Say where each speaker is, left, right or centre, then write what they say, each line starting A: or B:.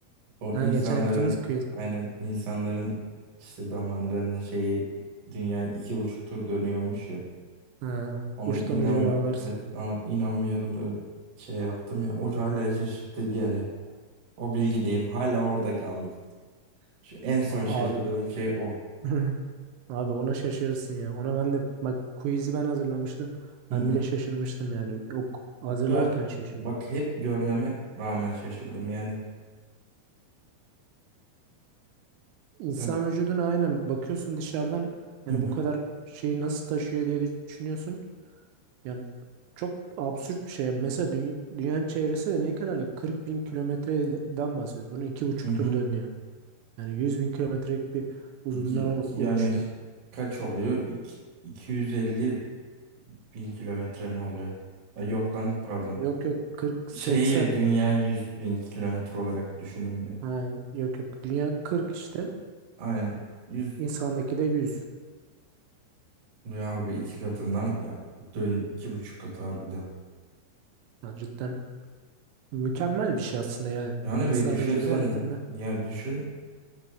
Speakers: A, on the right (about 60°); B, on the right (about 80°).
A: O
B: Ha
A: insanların
B: geçen yaptığımız quiz.
A: aynen insanların işte damarlarının şeyi dünya iki buçuk tur dönüyormuş ya.
B: Ha,
A: Ona
B: uçtan
A: inan
B: uca bağlarsın.
A: evet ona inanmıyordum da şey yaptım ya. O hala şaşırttı yani. O bilgideyim. Hala orada kaldım. Şu en son şaşırdığım
B: Abi.
A: şey o.
B: <laughs> Abi ona şaşırırsın ya. Ona ben de bak quiz'i ben hazırlamıştım.
A: Hı
B: Ben
A: hı.
B: bile şaşırmıştım yani. O hazırlarken
A: Ya
B: şaşırdım.
A: bak hep görmeme rağmen şaşırdım yani.
B: İnsan
A: Ya
B: vücuduna aynen bakıyorsun dışarıdan yani
A: hı hı.
B: bu kadar şeyi nasıl taşıyor diye düşünüyorsun. Yani çok absürt bir şey. Mesela düny- dünyanın çevresi de ne kadar ya? 40 bin kilometreden bahsediyoruz. Bunu iki buçuk
A: Hı hı.
B: tur dönüyor. Yani 100 bin kilometrelik bir uzunluğa
A: Ya-
B: u-
A: Yani
B: ulaşıyor.
A: kaç oluyor? İki- 250 bin kilometre mi oluyor? Ha, yok lan pardon.
B: Yok yok 40 80
A: Şeyi dünya 100 bin kilometre olarak düşündüm bir.
B: Hayır, yok yok. Dünya 40 işte.
A: Aynen 100
B: İnsandaki de 100.
A: ve harbi iki katından ya dön iki buçuk katı harbiden.
B: Ha, cidden Mükemmel bir şey aslında yani.
A: Yani
B: İnsan
A: bir düşünsene
B: vücudu baktığında
A: ya düşün.